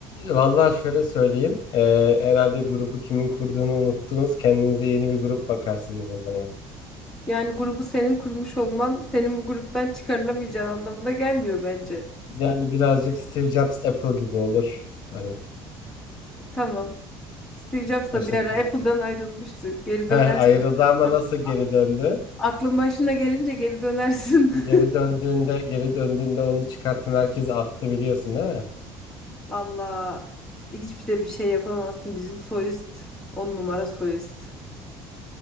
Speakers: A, on the left; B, in the centre.
A: Valla şöyle söyleyeyim. Ee, herhalde grubu kimin kurduğunu unuttunuz. Kendinize yeni bir grup bakarsınız o zaman.
B: Yani grubu senin kurmuş olman senin bu gruptan çıkarılamayacağın anlamına gelmiyor bence.
A: Yani birazcık Steve Jobs Apple gibi olur. Hani
B: Tamam. Steve Jobs
A: o
B: da
A: şekilde.
B: bir ara Apple'dan ayrılmıştı. Geri dönersin.
A: Heh, ayrıldı ama
B: A-
A: nasıl geri
B: a-
A: döndü?
B: Aklın başına gelince geri dönersin.
A: Geri
B: <laughs>
A: döndüğünde geri döndüğünde onu çıkartan herkesi attı biliyorsun değil mi?
B: Valla hiçbir de bir şey yapamazsın. Bizim solist on numara solist.